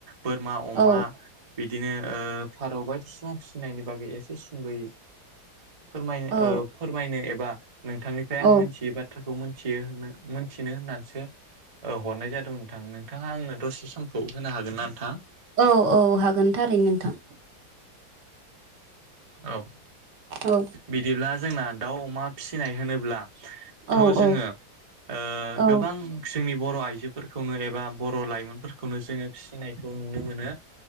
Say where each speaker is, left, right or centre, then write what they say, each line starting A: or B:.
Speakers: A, on the right; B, on the right.
A: बोरमा अमा
B: औ
A: बिदिनो ओ फारौबाय फिसा फिसिनायनि बागै एसे सुंद'यो फोरमायनो
B: औ
A: ओ फोरमायनो एबा नोंथांनिफ्राय आं
B: औ
A: मोनथियै बाथ्राखौ मोन थियो मोनथिनो होननानैसो ओ हरनाय जादों नोंथां नोंथाङा आंनो दसे समखौ होनो हागोन ना नोंथां?
B: औ औ हागोन थारैनो नोंथां
A: औ
B: औ
A: बिदिब्ला जोंना दाउ अमा फिसिनाय होनोब्ला थ'
B: औ
A: जोङो
B: औ
A: ओ
B: औ
A: गोबां जोंनि बर' आइजो जोफोरखौनो एबा बर' लाइमोनफोरखौनो जोङो फिसिनायखौ नुनो मोनो